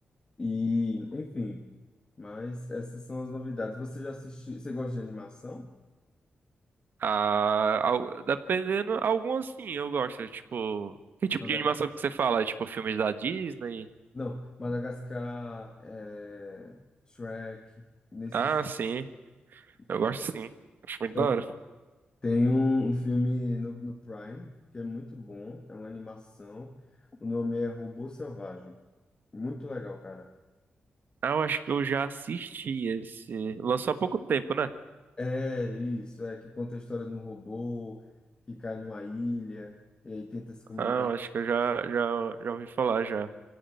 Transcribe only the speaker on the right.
Ah, al- dependendo, algumas sim, eu gosto. Tipo, que tipo
de animação que você fala? Tipo, filmes da Disney?
Ah,
sim.
Eu gosto sim. Acho muito
da hora.
Ah, eu acho que eu já assisti esse. Lançou há pouco tempo, né?
Ah, eu acho que eu já, já, já ouvi falar já.